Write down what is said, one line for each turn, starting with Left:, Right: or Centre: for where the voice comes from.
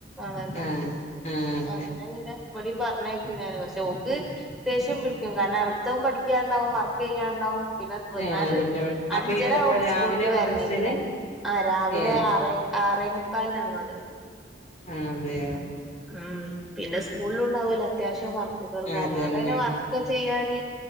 Centre: ണല്ലോ
Left: ആ ആ അതെ
Centre: അങ്ങനെ പിന്നെ ഇവടേം പർഞ്ഞേക്ക് ഞാന് പക്ഷെ ഓക്ക് ദേഷ്യം പിടിക്കും കാരണം അവിടത്തം പഠിക്കാണ്ടാവും വർക്കെയ്യാണ്ടാവും പിന്ന വന്നാല്
Left: ആഹ് പിന്നെ അപ്പൊ
Centre: അഞ്ചരാവും
Left: ഇപ്പൊ രാവിലെ
Centre: സ്കൂൾട്ട് വെർണങ്കിലന്നെ
Left: മദ്രസയില്
Centre: ആഹ് രാവിലെ
Left: ഏ
Centre: ആറേ ആറേ മുക്കാൽനാണ് മദ്രസ്.
Left: അതെയ
Centre: ഉം പിന്നെ സ്കൂളിലുണ്ടാവല്ലോ അത്യാവിശ്യം വർ ക്കുകളും കാര്യങ്ങൾ
Left: അതന്നെ
Centre: <unintelligible> അഒടെയ്ന് വർക്ക്
Left: ഉം
Centre: ചെയ്യാന്